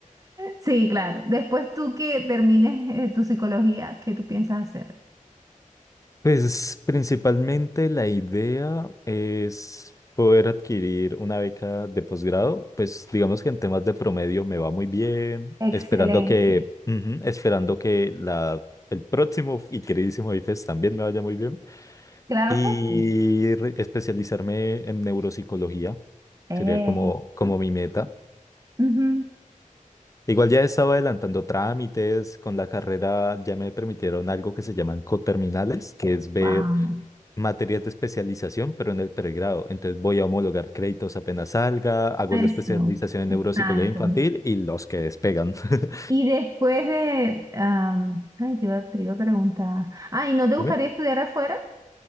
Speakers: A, on the right; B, on the left.
A: sí, claro. Después tú que termines eh, tu psicología, ¿qué tú piensas hacer?
B: Pues principalmente la idea es poder adquirir una beca de posgrado. Pues digamos que en temas de promedio me va muy bien,
A: Excelente.
B: esperando que, ujú, esperando que la, el próximo y queridísimo IFES también me vaya muy bien.
A: Claro
B: Y
A: que sí.
B: re- especializarme en neuropsicología
A: Eh,
B: sería como, como mi meta.
A: ujú.
B: Igual ya estaba adelantando trámites, con la carrera ya me permitieron algo que se llaman coterminales, que es ver
A: Wow.
B: materias de especialización, pero en el pregrado. Entonces voy a homologar créditos apenas salga, hago
A: Eso,
B: la especialización en
A: exacto.
B: neuropsicología infantil y los que despegan. <laughs>
A: Y después de, am, ay, te iba, te iba a preguntar. Ay, ¿no te gustaría
B: Dime.
A: estudiar afuera?